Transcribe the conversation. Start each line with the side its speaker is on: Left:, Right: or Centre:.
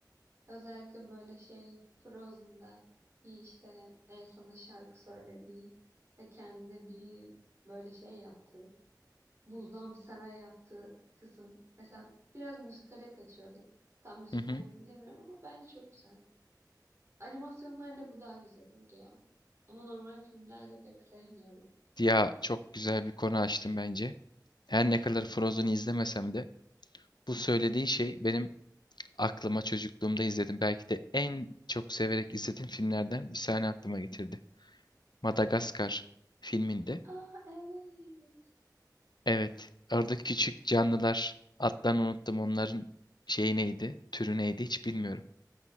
Right: özellikle böyle şey Frozen'da bir işte Elsa'nın şarkı söylediği ve kendine bir böyle şey yaptığı buzdan bir saray yaptığı kısım mesela biraz müzikale kaçıyordu. Tam müzikal
Left: Hı hı.
Right: mi bilemiyorum ama bence çok güzel. Animasyonlarda bu daha güzel oluyor. Ama normal filmlerde pek sevmiyorum.
Left: Ya çok güzel bir konu açtım bence. Her ne kadar Frozen'ı izlemesem de bu söylediğin şey benim aklıma çocukluğumda izledim. Belki de en çok severek izlediğim filmlerden bir sahne aklıma getirdi. Madagaskar filminde.
Right: Aa evet.
Left: Evet. Orada küçük canlılar adlarını unuttum onların şeyi neydi, türü neydi hiç bilmiyorum.